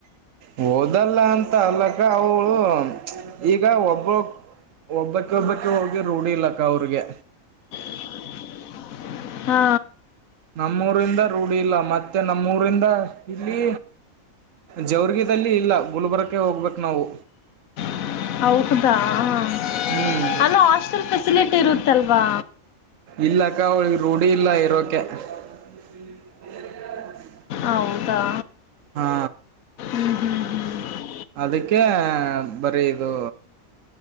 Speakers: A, on the right (about 70°); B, on the left (about 85°).
A: ಹಓದಲ್ಲ ಅಂತ ಅಲಕ್ಕ ಅವಳು ಈಗ ಒಬ್ಬ ಒಬ್ಬಕ್ಕ ಒಬ್ಬಕ್ ಹೋಗಿ ರೂಢಿ ಇಲಕ್ಕ ಅವ್ರಿಗೆ
B: <inaudible> ಹಾ
A: ನಮ್ಮೂರಿಂದ ರೂಢಿ ಇಲ್ಲ ಮತ್ತೆ ನಮ್ಮೂರಿಂದ ಇಲ್ಲಿ <inaudible> ಜವರ್ಗಲ್ಲಿ ಇಲ್ಲ ಗುಲ್ಬರ್ಕ್ಕೆ ಹೋಗ್ಬೇಕು ನಾವು
B: <inaudible> ಹೌದಾ <inaudible>
A: ಹ್ಮ್
B: ಅಲ್ಲ ಹಾಸ್ಟೆಲ್ ಫೆಸಿಲಿಟಿ ಇರುತ್ತಲ್ವಾ
A: ಇಲ್ಲಕ್ಕ ಅವಳಿ ರೂಢಿ ಇಲ್ಲ ಇರೋಕೆ ಹ್ಮ <unintelligible>
B: ಹೌದಾ
A: ಹಾ
B: ಹ್ಮ್ ಹ್ಮ್ ಹ್ಮ್
A: ಅದಕ್ಕೆ ಬರೀ ಇದು